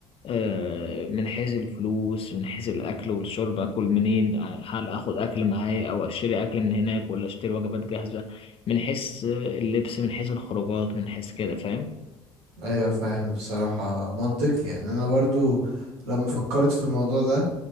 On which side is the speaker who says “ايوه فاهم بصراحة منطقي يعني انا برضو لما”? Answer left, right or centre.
Right